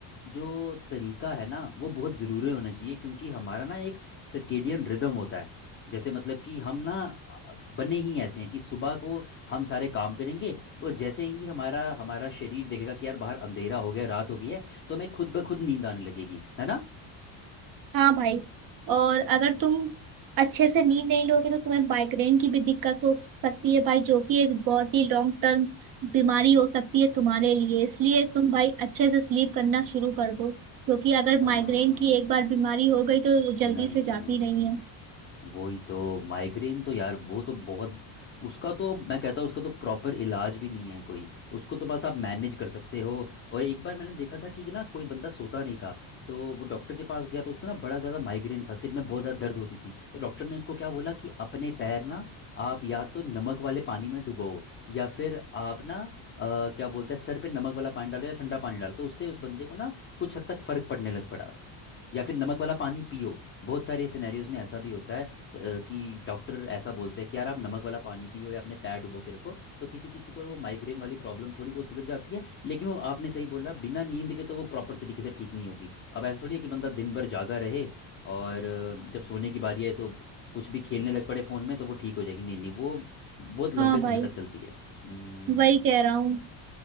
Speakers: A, on the left; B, on the right.
A: जो तरीका है ना वो बहुत ज़रूरी होना चाहिए क्योंकि हमारा ना एक सर्केडियन रिदम होता है जैसे मतलब कि हम ना अ, बने ही ऐसे हैं कि सुबह को हम सारे काम करेंगे और जैसे ही हमारा हमारा शरीर देखेगा कि यार बाहर अंधेरा हो गया रात हो गई है तो हमें खुद ब खुद नींद आने लगेगी है ना
B: हाँ भाई और अगर तुम अच्छे से नींद नहीं लोगे तो तुम्हें माइग्रेन की भी दिक्कत हो सकती है भाई जो कि एक बहुत ही लॉन्ग टर्म बीमारी हो सकती है तुम्हारे लिए
A: हाँ।
B: इसलिए तुम भाई अच्छे से स्लीप करना शुरू कर दो क्योंकि अगर
A: हाँ
B: माइग्रेन की एक बार बीमारी हो गई तो वो जल्दी
A: नहीं
B: से
A: नहीं
B: जाती
A: नहीं नहीं
B: नहीं
A: नहीं
B: है
A: वही तो माइग्रेन तो यार वो तो बहुत उसका तो मैं कहता हूँ उसका तो प्रॉपर इलाज भी नहीं है कोई उसको तो बस आप मैनेज कर सकते हो और एक बार मैंने देखा था कि ना कोई बंदा सोता नहीं था तो वो डॉक्टर के पास गया तो उसको ना बड़ा ज़्यादा माइग्रेन था सिर में बहुत ज़्यादा दर्द होती थी तो डॉक्टर ने उसको क्या बोला कि अपने पैर ना आप या तो नमक वाले पानी में डुबो या फिर आप ना अ, क्या बोलते हैं सर पे नमक वाला पानी डालो या ठंडा पानी डालो तो उससे उस बंदे को ना कुछ हद तक फ़र्क पड़ने लग पड़ा या फिर नमक वाला पानी पियो बहुत सारे सिनेरियोज में ऐसा भी होता है त- अ, कि डॉक्टर ऐसा बोलते हैं कि यार आप नमक वाला पानी पियो या अपने पैर डुबो के रखो तो किसी किसी को वो माइग्रेन वाली प्रॉब्लम थोड़ी बहुत सुधर जाती है लेकिन वो आपने सही बोला बिना नींद के तो वो प्रॉपर तरीके से ठीक नहीं होगी अब ऐसा थोड़ी है कि बंदा दिन भर जागा रहे और अ, जब सोने की बारी आए तो कुछ भी खेलने लग पड़े फ़ोन में तो वो ठीक हो जाएगी नहीं नहीं वो बहुत लंबे
B: हाँ
A: समय
B: भाई
A: तक चलती है हम्म,
B: वही कह रहा हूँ